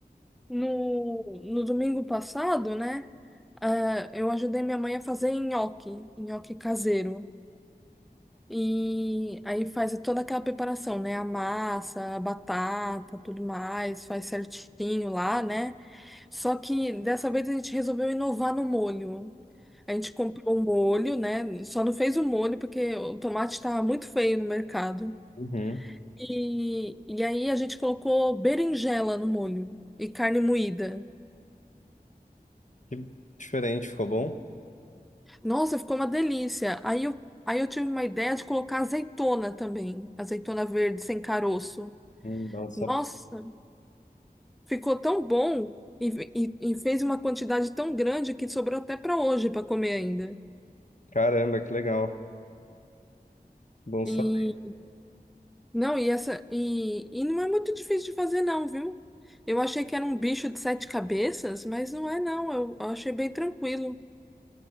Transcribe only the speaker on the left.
Uhum.
Que diferente, ficou bom?
Hum, dá um sabor.
Caramba, que legal. Bom
saber.